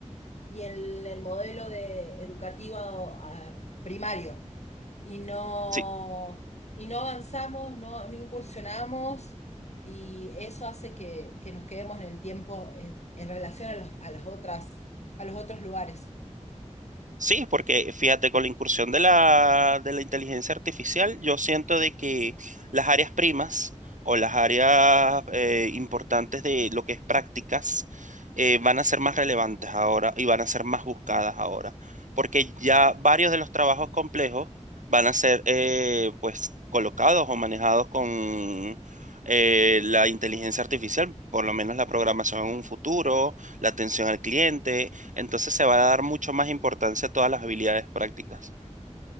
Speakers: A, on the left (about 60°); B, on the right (about 85°).
A: y en el modelo de educativo ah, primario. Y no,
B: Sí.
A: y no avanzamos, no, no incursionamos, y eso hace que, que nos quedemos en el tiempo en, en relación a los, a las otras, a los otros lugares.
B: Sí, porque fíjate, con la incursión de la, de la inteligencia artificial, yo siento de que las áreas primas o las áreas eh, importantes de lo que es prácticas eh, van a ser más relevantes ahora y van a ser más buscadas ahora, porque ya varios de los trabajos complejos van a ser eh, pues colocados o manejados con eh, la inteligencia artificial, por lo menos la programación en un futuro, la atención al cliente entonces se va a dar mucho más importancia a todas las habilidades prácticas.